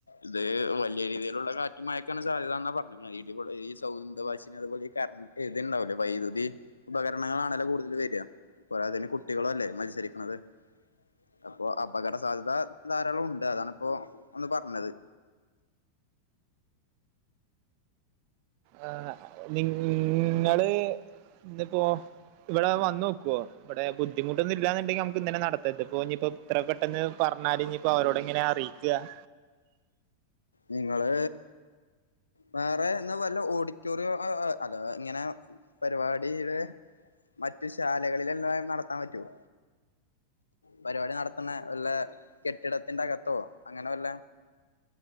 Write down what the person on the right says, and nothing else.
ആ നിങ്ങള് ഇന്ന്പ്പോ ഇവിടെ വന്ന് നോക്ക്വൊ ഇവിടെ ബുദ്ധിമുട്ടൊന്നുംല്ലാന്നുണ്ടെങ്കി നമുക്ക് ഇന്നന്നെ നടത്താ ഇതിപ്പോ ഇത്ര പെട്ടെന്ന് പറഞ്ഞാല് ഇനിപ്പോ അവരോടെങ്ങനാ അറിയ്ക്കാ <inaudible>